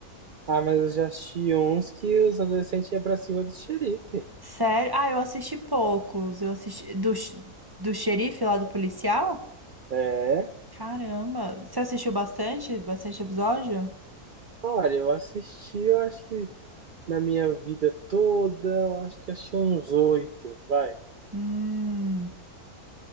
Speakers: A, on the right (about 80°); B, on the right (about 20°).
A: Ah, mas eu já assisti uns que os adolescentes iam pra cima do xerife.
B: Sério? Ah, eu assisti poucos. Eu assisti do, x- do xerife lá do policial?
A: É.
B: Caramba, você assistiu bastante? Bastante episódio?
A: Olha, eu assisti, eu acho que na minha vida toda, eu acho que achei uns oito, vai.
B: Hum,